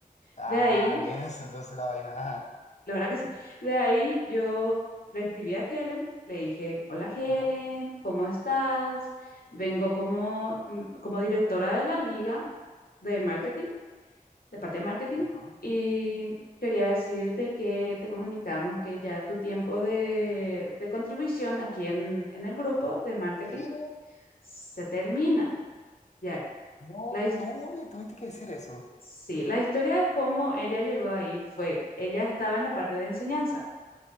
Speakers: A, on the left (about 50°); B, on the left (about 80°).
A: Ah,
B: De ahí,
A: denso, entonces la vaina. Ajá.
B: la verdad que sí. De ahí yo le escribí a Helen, le dije, hola Helen,
A: Ajá,
B: ¿cómo estás? Vengo como, mm, como directora de la liga de marketing de parte de marketing.
A: ajá.
B: Y quería decirte que te comunicamos que ya tu tiempo de, de contribución aquí en, en el grupo de marketing
A: ¿Qué?
B: se termina, ya que
A: No,
B: la, his-
A: tú le tuviste que decir eso.
B: sí, la historia de cómo ella llegó ahí fue, ella estaba en la parte de enseñanza.